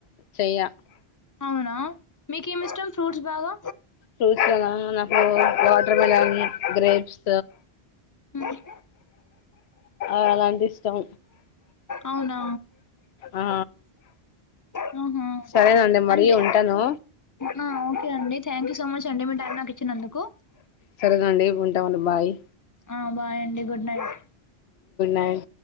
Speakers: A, on the left (about 75°); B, on the left (about 25°).
A: చెయా
B: అవునా మీకేమి ఇష్టం ఫ్రూట్స్ బాగా
A: ఫ్రూట్స్ లోన నాకు వాటర్ మిలన్ గ్రేప్స్
B: హ్మ్
A: అలాంటి ఇష్టం
B: అవునా
A: ఆ
B: మ్మ్ హూ
A: సరేనండి మరి
B: అంటే
A: ఉంటాను
B: ఆ ఓకే అండి థ్యాంక్ యూ సో మచ్ అండి మీ టైమ్ నాకు ఇచ్చినందుకు
A: సరేనండి ఉంటావండి బాయ్
B: ఆ బాయ్ అండి గుడ్ నైట్
A: రైట్